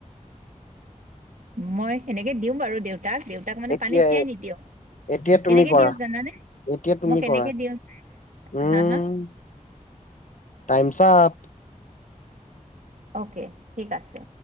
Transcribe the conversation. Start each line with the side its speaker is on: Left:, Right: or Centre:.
Right: মই সেনেকে দিওঁ বাৰু দেউতাক দেউ তাক মানে
Left: এতিয়া
Right: পানীত তিয়াই নিদিওঁ
Left: এতিয়া
Right: কেনেকে
Left: তুমি কৰা
Right: দিওঁ যানানে
Left: এতিয়া তুমি
Right: মই কেনেকে
Left: কৰা
Right: দিওঁ
Left: উম
Right: হা হা
Left: টাইমছ আপ
Right: অক ঠিক আছে।